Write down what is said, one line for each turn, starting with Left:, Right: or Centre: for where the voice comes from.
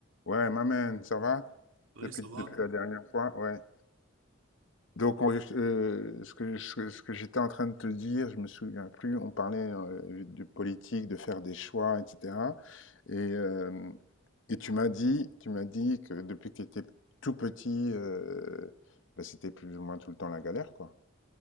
Left: Ouais, ma man, ça va?
Right: Ouais,
Left: Depuis,
Right: ça va?
Left: depuis la dernière fois, ouais. Donc, on- euh, ce que, je- ce que j'étais en train de te dire, je me souviens plus, on parlait euh, de politique, de faire des choix, etc. Et, euh, et tu m'as dit, tu m'as dit que depuis que tu étais tout petit, euh, bah, c'était plus ou moins tout le temps la galère, quoi.